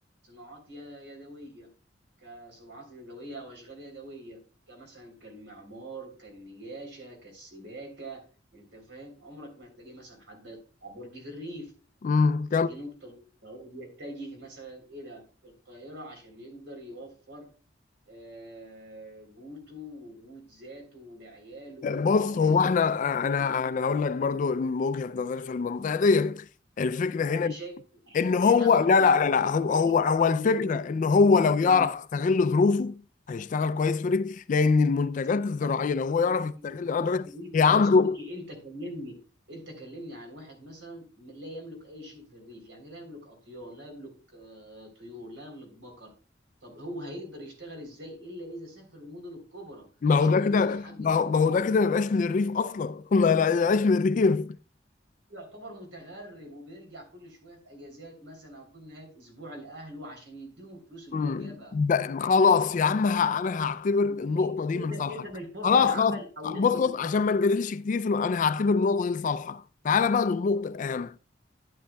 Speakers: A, on the right (about 75°); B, on the left (about 45°).
A: صناعات ي- يدويه كصناعات يدويه او اشغال يدويه كمثلا كالمعمار كالنجاشه كالسباكه انت فاهم عمرك ما هتلاقي مثلا حد يطلع برج في الريف
B: امم
A: فدي نقطه مهمة. فهو بيتجه مثلا الى القاهره عشان يقدر يوفر آه، قوته وجود ذاته لعياله ولاولاده
B: بص هو احنا
A: بمعنى
B: انا انا هقول
A: أصح،
B: لك برضو من وجهة نظري في المنطقه دي الفكره هنا
A: فانا شايف
B: ان هو
A: انا
B: لا
A: هقنع
B: لا لا لا
A: في المنطقه
B: هو هو
A: دي
B: هو الفكره
A: إحنا لازم
B: ان
A: نتفق
B: هو
A: في المنطقه
B: لو يعرف
A: دي
B: يستغل ظروفه هيشتغل كويس في ريف لان المنتجات
A: بالظبط.
B: الزراعيه لو هو يعرف
A: ما-
B: يستغل
A: ما-
B: الارض
A: يا صديقي
B: دي، هي عنده
A: يا صديقي انت كلمني انت كلمني عن واحد مثلا من- لا يملك اي شيء في الريف يعني لا يملك اطيان لا يملك آه، طيور لا يملك بقر طب هو هيقدر يشتغل ازاي الا اذا سافر المدن الكبرى
B: ما
A: عشان
B: هو ده كده
A: يقدر يحقق
B: ما هو
A: اهدافه
B: ما هو ده كده ما يبقاش من الريف اصلا <laughs> ما لا ما يبقاش من الريف
A: يعتبر متغرب وبيرجع كل شويه في اجازات مثلا او كل نهايه اسبوع لاهله عشان يديهم الفلوس اللي
B: مم.
A: هو جابها
B: بقى- خلاص يا عم ه-
A: فاهم؟
B: انا هعتبر النقطه
A: يبقى اذا
B: دي
A: اذا
B: من صالحك
A: اذا الفرص
B: خلاص
A: العمل
B: خلاص
A: او نسبه
B: بص بص
A: الد-
B: عشان ما نجادلش كتير في النقطة، انا هعتبر النقطه دي لصالحك تعالى بقى للنقطه الاهم